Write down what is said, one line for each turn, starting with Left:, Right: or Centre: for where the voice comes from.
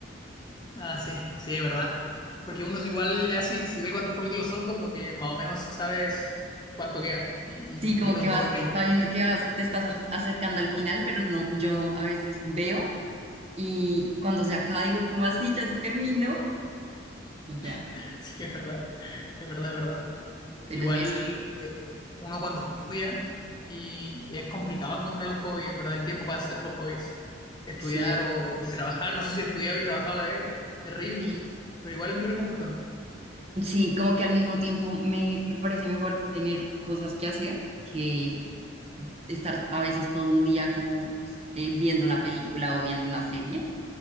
Left: Ah, sí, sí, es verdad. Porque uno es igual ya si, si ve cuántos capítulos son, como que más o menos sabes cuánto queda y,
Right: Sí,
Left: y
Right: como
Left: pierde
Right: que
Left: un
Right: vas
Left: poco el brillo.
Right: sabiendo que vas, te estás ac- acercando al final, pero no, yo a veces veo y cuando se acaba digo, como así? Ya se terminó y ya.
Left: <laughs> Sí, es verdad, es verdad, es verdad.
Right: Pero
Left: Igual
Right: sí, eso,
Left: eh, uno cuando estudia y es complicado encontrar los hobbies, en verdad, el tiempo para hacer los hobbies. Estudiar
Right: sí,
Left: o, y trabajar, no sé si estudiaba y trabajaba a la vez, terrible,
Right: sí,
Left: pero igual es muy reconfortante.
Right: sí, como que al mismo tiempo me, me parece mejor tener cosas que hacer que estar a veces todo un día como eh, viendo una película o viendo una serie.